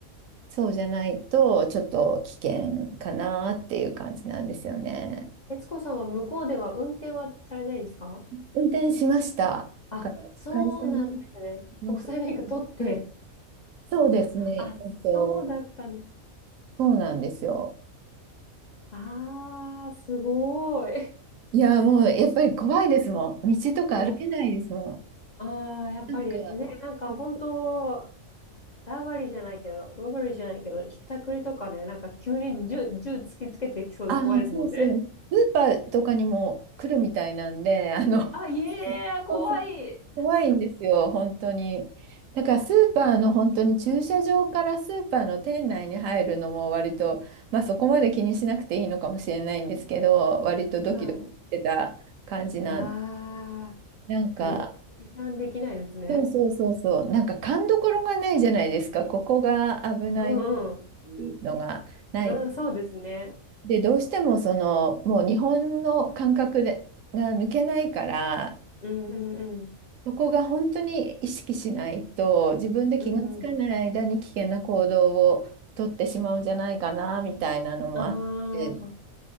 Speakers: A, on the right (about 70°); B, on the left (about 45°).
A: そうじゃないと、ちょっと危険かなっていう感じなんですよね。
B: 悦子さんは向こうでは運転はされないですか
A: 運転しました。
B: あ、
A: だから会社の、
B: そうなんですね。国際免許取って。
A: あのはいそうですね。
B: あ、
A: えっと、
B: そうだったんです。
A: そうなんですよ。
B: あー、すごい。
A: いや、もうやっぱり怖いですもん。道とか歩けないですもん。
B: お、あー、やっぱりね、
A: なんか、
B: なんか本当、
A: そうそう
B: ラバリーじゃないけど、ロバリーじゃないけど、ひったくりとかね、なんか急に銃、銃突きつけてきそうで怖いですもんね。
A: ああ、そうそう。スーパーとかにも来るみたいなんで、あの、
B: あ、いえー、怖い。
A: そうそう怖いんですよ、本当に。だからスーパーの本当に駐車場からスーパーの店内に入るのも割と、まあそこまで気にしなくていいのかもしれないんですけど、割とドキドキしてた感じなん。
B: はい。あ
A: なんか、
B: ー、油断、油断できないですね。
A: そうそうそうそう、なんか勘どころがないじゃないですか、ここが危ないっ
B: うんうん。
A: ていうのがない。
B: うん、そうですね。
A: で、どうしてもその、もう日本の感覚でが抜けないから、
B: うんうん
A: そこが本当に意識しないと、自分で気がつかない間に危険な行動をとってしまうんじゃないかな、
B: うん。
A: みたいなのもあって、
B: うん。ああ、